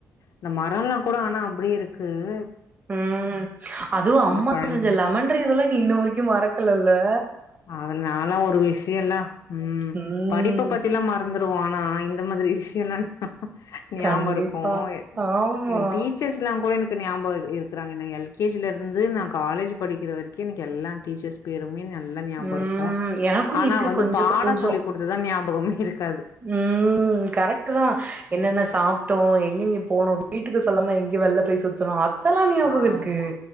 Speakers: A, on the left; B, on the right.
A: இந்த மரம்லாம் கூட ஆனா அப்படிய இருக்கு க்கு
B: உம் அதுவும் அம்மா
A: பழைய
B: செஞ்ச
A: மர
B: லெமன் ரைஸ்லா நீ இன்ன வரைக்கும் மறக் லல்லா
A: அதுல நாலாம் ஒரு விஷயம்ல்லா உஹம்
B: ம்
A: படிப்ப பத்தி எல்லா மறந்துருவோம் ஆனா இந்த மாதிரி விஷயம் எல்லா ஞாபகம்
B: கண்டிப்பா
A: இருக்கும்
B: ஆமா
A: எனக்கு டீச்சர்ஸ் எல்லா கூட எனக்கு க்கு ஞாபகம் இருக்கிறாங்க நா எல் கே ஜி ல இருந்து நான் காலேஜ் படிக்கிற வரைக்கும் எனக்கு எல்லா டீச்சர்ஸ் பேருமே நல்லா ஞாபகோ
B: உம்
A: இருக்கு
B: எனக்கும்
A: ஆனா
B: இருக்கு
A: வந்து
B: கொஞ்சோ
A: பாடோ
B: கொஞ்சோ
A: சொல்லி குடுத்ததா ஞாபகமே இருக்காது
B: உம் கரெக்ட் தான் என்னென்ன சாப்ட்டோம் எ எங்கங்க போனும் வீட்டுக்கு சொல்லாம எங்கய வெளில போய் சுத்தணும் அ அதுலா ஞாபகம்
A: ஆமா
B: இருக்கு